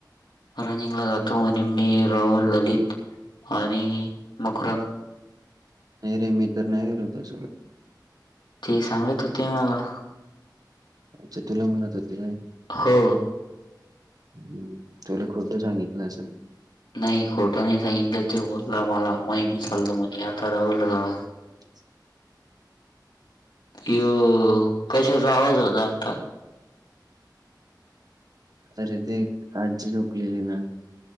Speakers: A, on the left (about 80°); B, on the right (about 55°).
A: रनिंग ला जातो आणि मी राहुल ललित आणि मकररंग
B: नाही रे मी तर नाही गेलो हो त्या सोबत
A: ते सांगत होते मला
B: अच्छा तुला म्हणत होती ना
A: हो
B: ह तुला खोटं सांगितलं असं ना
A: नाही खोटं नाही सांगितलं ते बोलला मला महिमी चाललो म्हण आता रावलं
B: <inaudible>
A: ईयो कशाचा आवाज होता आता.
B: अरे ते कालची रोकलेली ना.